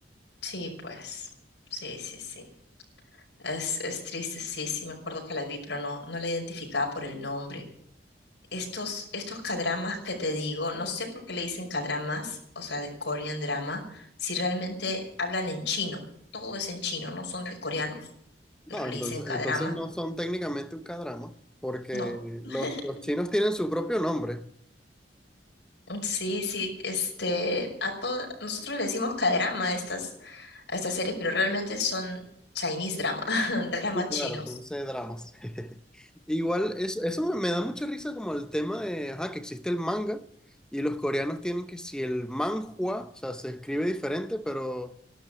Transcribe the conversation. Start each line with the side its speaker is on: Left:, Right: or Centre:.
Left: Sí, pues, sí, sí, sí. Es, es triste, sí, sí, me acuerdo que la vi, pero no, no la identificaba por el nombre. Estos, estos cadramas que te digo, no sé por qué le dicen cadramas, o sea, de Korean drama, si realmente hablan en chino, todo es en chino, no son de coreanos,
Centre: No,
Left: pero le
Centre: entonces,
Left: dicen cadrama,
Centre: entonces no son técnicamente un K-drama, porque
Left: no. <laughs>
Centre: los, los chinos tienen su propio nombre.
Left: Sí, sí, este, a todo, nosotros le decimos cadrama a estas, a estas series, pero realmente son Chinese drama, <laughs> dramas
Centre: Sí,
Left: chinos.
Centre: claro, son C-dramas. <laughs> Igual, eso, eso me, me da mucha risa como el tema de, ajá, que existe el manga y los coreanos tienen que si el manhua, o sea, se escribe diferente, pero